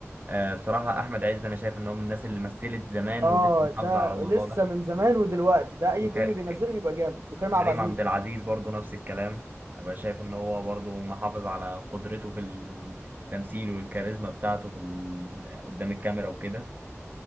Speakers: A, on the right; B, on the right.
A: آه، بصراحة أحمد عز أنا شايف إن هو من الناس اللي مثلت زمان
B: اه
A: ولسه محافظة
B: ده
A: على الموضوع
B: لسه من زمان ودلوقتي ده اي
A: ده
B: فيلم بينزله بيبقى جامد وكريم
A: كريم
B: عبد العزيز
A: عبد العزيز برضو نفس الكلام أبقى شايف إن هو برضو محافظ على قدرته في التمثيل والكاريزما بتاعته في ال... قدام الكاميرا وكده